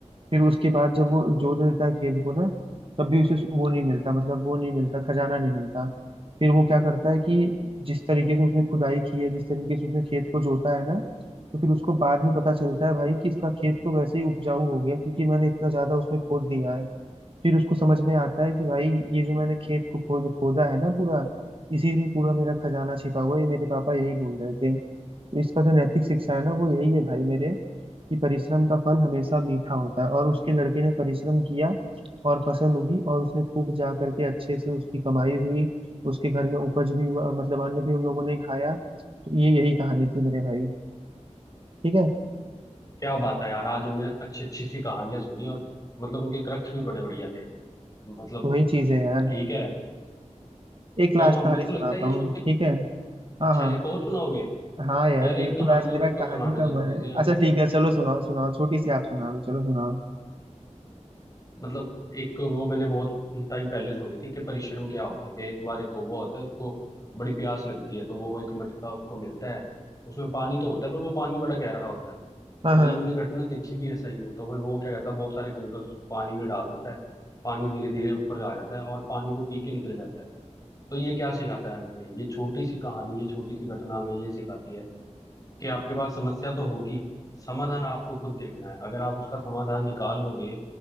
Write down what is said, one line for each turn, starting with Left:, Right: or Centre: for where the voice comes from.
Right: फिर उसके बाद जब वो जोत देता है खेत को ना तब भी उसे वो नहीं मिलता मतलब वो नहीं मिलता खजाना नहीं मिलता फिर वो क्या करता है कि जिस तरीके से उसने खुदाई की है जिस तरीके से उसने खेत को जोता है ना तो फिर उसको बाद में पता चलता है भाई कि इसका खेत तो वैसे ही उपजाऊ हो गया क्योंकि मैंने इतना ज्यादा उसमें खोद दिया है फिर उसको समझ में आता है कि भाई ये जो मैंने खेत को खोद खोदा है ना पूरा इसी में पूरा मेरा खजाना छिपा हुआ है ये मेरे पापा यही बोल रहे थे तो इसका जो नैतिक शिक्षा है ना वो यही है भाई मेरे कि परिश्रम का फल हमेशा मीठा होता है और उसके लड़के ने परिश्रम किया और फसल उगी और उसने खूब जा करके अच्छे से उसकी कमाई हुई उसके घर में उपज भी हुआ मतलब अन्न भी उन लोगों ने खाया तो ये यही कहानी थी मेरे भाई ठीक है
Left: क्या बात है यार आज हमने अच्छी अच्छी सी कहानियां सुनी और मतलब उनके क्रक्स भी बड़े बढ़िया थे मतलब
Right: वही चीज है यार
Left: ठीक है
Right: एक
Left: तो
Right: लास्ट
Left: हम
Right: कहानी
Left: मेरे को
Right: सुनाता
Left: लगता है ये छोटी
Right: हूँ ठीक है हाँ
Left: अच्छा
Right: हाँ
Left: एक और सुनाओगे
Right: हाँ यार
Left: यार
Right: बिल्कुल
Left: एक कहानी
Right: आज
Left: तो
Right: मेरा
Left: मेरे
Right: कहानी
Left: को सुनाने
Right: का
Left: दो
Right: मन
Left: थोड़ी
Right: है
Left: सी
Right: अच्छा
Left: अगर
Right: ठीक है चलो सुनाओ सुनाओ छोटी सी आप सुना दो चलो सुनाओ
Left: मतलब एक वो मैंने बहुत टाइम पहले सुनी थी कि परिश्रम क्या होता है कि एक बार एक कौवा होता है उसको बड़ी प्यास लगती है तो वो एक मटका उसको मिलता है उसमें पानी तो होता है पर वो पानी बड़ा गहरा होता है
Right: हाँ
Left: और
Right: हाँ
Left: ये मैंने घटना देखी भी है सही में तो फिर वो क्या करता है बहुत सारे कंकर उस पानी में डाल देता है पानी धीरे धीरे ऊपर आ जाता है और पानी वो पी के निकल जाता है तो ये क्या सिखाता है हमें ये छोटी सी कहानी ये छोटी सी घटना हमें ये सिखाती है कि आपके पास समस्या तो होगी समाधान आपको खुद देखना है अगर आप उसका समाधान निकाल लोगे